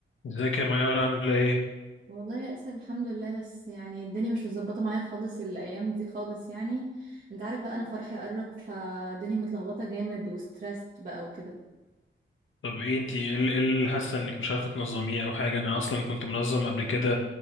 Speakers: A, on the left; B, on the right.
A: ازيك يا ميار عاملة ايه؟
B: والله يا اسر الحمد لله بس يعني الدنيا مش متظبطه معايا خالص الايام دي خالص يعني انت عارف بقى انا فرحي قرب فالدنيا متلخبطه جامد وستريسد بقى وكده
A: طب ايه انتي ايه ال- إيه اللي حاسة انك مش عارفة تنظميه او حاجة انا اصلا كنت منظم قبل كده